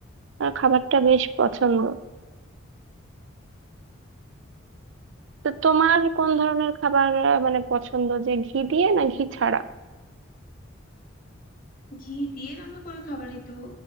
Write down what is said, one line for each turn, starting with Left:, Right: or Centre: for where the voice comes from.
Right: আহ, খাবারটা বেশ পছন্দ তো তোমার কোন ধরনের খাবার আহ, মানে পছন্দ যে ঘি দিয়ে না ঘি ছাড়া
Left: ঘি দিয়ে রান্না করা খাবারই তো